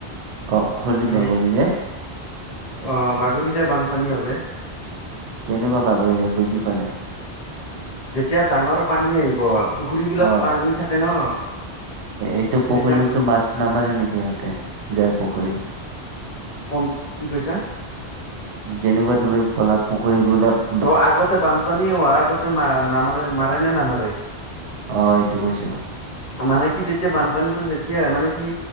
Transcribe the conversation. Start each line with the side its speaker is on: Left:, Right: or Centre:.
Right: পুখুৰি
Left: এই
Right: বাগৰি যায়।
Left: অ বাগৰি যায় বানপানী হলে।
Right: কেনেকুৱা বাগৰি যায় বুজি পোৱা নাই।
Left: যেতিয়া ডাঙৰ পানী আহিব, পুখুৰী বিলাক
Right: অ
Left: পানী থাকে ন
Right: এইটো পুখুৰীতো
Left: তেতিয়া
Right: মাছ নামাৰে নেকি সিহঁতে যাৰ পুখুৰী।
Left: কোন কি কৈছাঁ।
Right: যেনেকুৱা তুমি ক'লা পুখুৰীবিলাক।
Left: ত' আগতে বানপানী হোৱাৰ আগতে ম নামাৰে মাৰে নে নামাৰে।
Right: হয় এইটো কৈছাঁ।
Left: মানে কি তেতিয়া বানপানীটো যেতিয়াই হয়, মানে কি